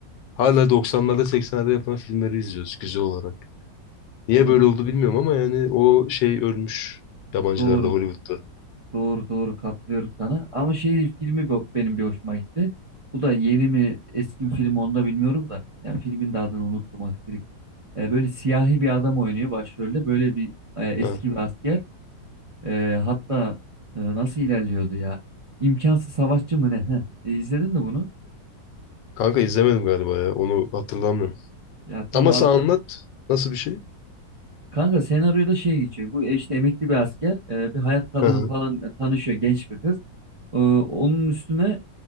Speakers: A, on the left; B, on the right.
A: Hala 90'larda 80'lerde yapılan filmleri izliyoruz güzel olarak. Niye
B: Ondan
A: böyle
B: sonra-
A: oldu bilmiyorum ama yani o şey ölmüş yabancılarda
B: Doğru
A: Hollywood'da.
B: Doğru doğru katılıyorum sana. Ama şey filmi bu- benim bir hoşuma gitti. Bu da yeni mi eski mi film onu da bilmiyorum da. Yani filmin de adını unuttum aksilik. E, böyle siyahi bir adam oynuyor başrolde. Böyle bir e, eski
A: Ha.
B: bir asker. E, hatta e, nasıl ilerliyordu ya? İmkansız savaşçı mı ne? Heh. E, izledin mi bunu?
A: Kanka izlemedim galiba ya onu hatırlamıyorum.
B: Ya tam
A: Ama
B: adı.
A: sen anlat nasıl bir şey?
B: Kanka senaryoda şey geçiyor. Bu işte emekli bir asker. e, bir hayat kadını
A: Hı hı.
B: falan tanışıyor genç bir kız. E, onun üstüne